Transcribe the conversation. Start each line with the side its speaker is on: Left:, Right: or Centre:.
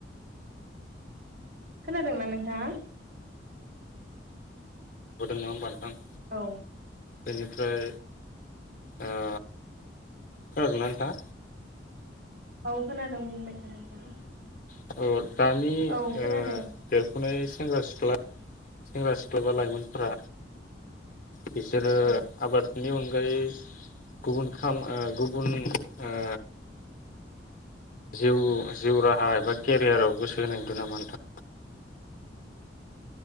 Right: खोनादोंना नोंथाङा?
Left: होदों नङामबा नोंथां।
Right: औ
Left: बेनिफ्राय ओ खोनादोंना नोंथाङा।
Right: औ खोनादों बुं बाय था नोंथां।
Left: <unintelligible> दानि
Right: औ खोनादों
Left: ओ देरफुनाय सेंग्रा सिख्ला सेंग्रा सिख्ला बा लाइमोनफोरा बिसोरो
Right: औ
Left: आबादनि अन गायै गुबुन खाम ओ गुबुन ओ जिउ-जिउ राहा एबा केरियाराव गोसो होनाय नुदों नामा नोंथां।